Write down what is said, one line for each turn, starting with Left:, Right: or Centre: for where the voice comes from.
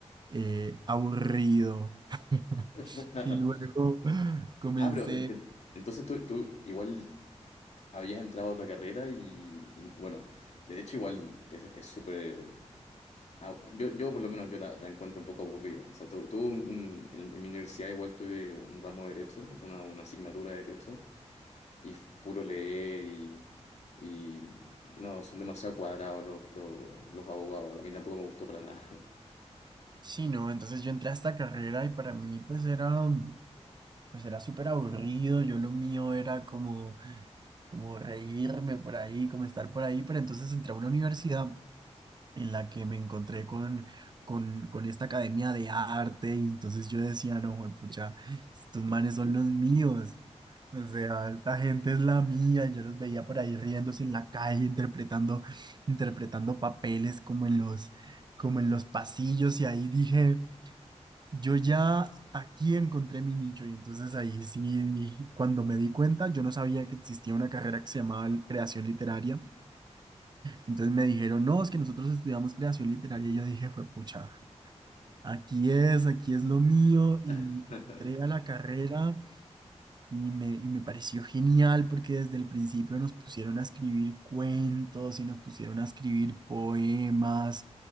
Right: eh, aburrido. <laughs>
Left: <laughs>
Right: Y luego comencé,
Left: Ah, pero en- en- entonces tú, tú igual habías entrado a otra carrera y, y, bueno, de hecho igual es es súper... ah, yo, yo por lo menos yo la, la encuentro un poco aburrida. O sea, tu- tuve un, un- en, en mi universidad igual tuve un ramo de derecho, o sea, una, una asignatura de derecho. y f- puro leer y, y no, son demasiado cuadrados los, los, los abogados. A mí tampoco me gustó para nada.
Right: sí, no, entonces yo entré a esta carrera y para mí pues era, mm, pues era súper aburrido, yo lo mío era como, como reírme por ahí, como estar por ahí, pero entonces entré a una universidad en la que me encontré con, con, con esta academia de arte y entonces yo decía, no, pucha, estos manes son los míos. O sea, esta gente es la mía. Yo los veía por ahí riéndose en la calle, interpretando, interpretando papeles como en los, como en los pasillos. Y ahí dije, yo ya aquí encontré mi nicho. Y entonces ahí sí, cuando me di cuenta, yo no sabía que existía una carrera que se llamaba creación literaria. Entonces me dijeron, no, es que nosotros estudiamos creación literaria. Y yo dije, fue pucha, aquí es, aquí es lo mío. Y
Left: <laughs>
Right: entré a la carrera. Y me, y me pareció genial porque desde el principio nos pusieron a escribir cuentos y nos pusieron a escribir poemas.